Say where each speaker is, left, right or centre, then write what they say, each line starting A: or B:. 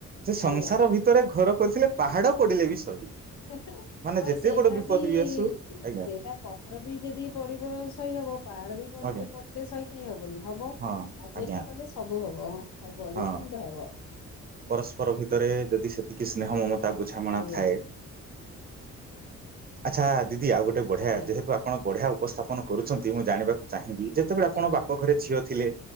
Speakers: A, on the right; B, on the left.
A: ଯେ ସଂସାର
B: ଆଜ୍ଞା।
A: ଭିତରେ ଘର କରିଥିଲେ ପାହାଡ଼ ପଡ଼ିଲେ ବି ସହି।
B: ହେଁ ହେଁ।
A: ମାନେ
B: ହଁ
A: ଯେତେ
B: ସେଇଟା
A: ବଡ ବିପଦ
B: ବି
A: ଆସୁ ଆଜ୍ଞା
B: ସେଇଟା ପଥର ବି ଯଦି ପଡ଼ିବ ସହି ହବ। ପାହାଡ଼ ବି ପଡ଼ିଲେ
A: ଆଜ୍ଞା
B: ସହି କାହିଁ ହବନି ହବ
A: ହଁ
B: ଆଡଜଷ୍ଟ
A: ଆଜ୍ଞା
B: କଲେ ସବୁ ହବ ହଁ। ହବ
A: ହଁ
B: ନିଶ୍ଚିନ୍ତ ହବ।
A: ପରସ୍ପର ଭିତରେ ଯଦି ସେ ଟିକେ ସ୍ନେହ ମମତା ବୁଝାମଣା
B: ଆଜ୍ଞା
A: ଥାଏ ଆଛା ଦିଦି ଆଉ ଗୋଟେ ବଢ଼ିଆ
B: ଆଜ୍ଞା
A: ଯେହେତୁ ଆପଣ ବଢ଼ିଆ ଉପସ୍ଥାପନ କରୁଛନ୍ତି ମୁଁ ଜାଣିବାକୁ ଚାହିଁବି ଯେତେବେଳେ ଆପଣ
B: ଆଜ୍ଞା
A: ବାପ ଘରେ ଝିଅ ଥିଲେ